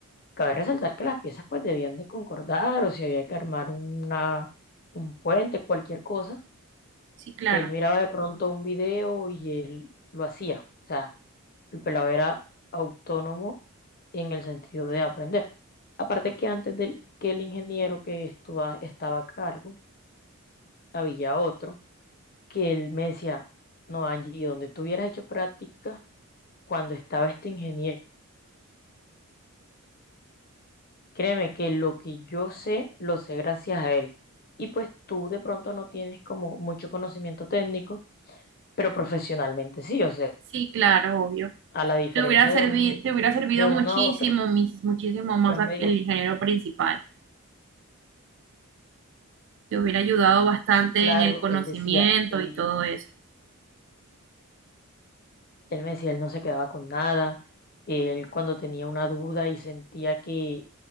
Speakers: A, on the left (about 40°); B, on the right (about 55°).
A: Cabe resaltar que las piezas pues debían de concordar o si había que armar una, un puente, cualquier cosa.
B: sí, claro.
A: Él miraba de pronto un video y él lo hacía. O sea, el pelado era autónomo en el sentido de aprender. Aparte que antes del que el ingeniero que estuva- estaba a cargo, había otro que él me decía, no, Angie, donde tú hubieras hecho práctica cuando estaba este ingeniero, Créeme que lo que yo sé, lo sé gracias a él. Y pues tú de pronto no tienes como mucho conocimiento técnico, pero profesionalmente sí, o sea,
B: Sí, claro, obvio.
A: a la diferencia
B: Te hubiera servido,
A: de un,
B: te hubiera servido
A: de uno
B: muchísimo,
A: a otro,
B: mis- muchísimo más
A: pues
B: a-
A: me dijo,
B: el ingeniero principal. Te hubiera ayudado bastante
A: sí, claro,
B: en el conocimiento
A: él decía, él,
B: y todo eso.
A: él me decía, él no se quedaba con nada, él cuando tenía una duda y sentía que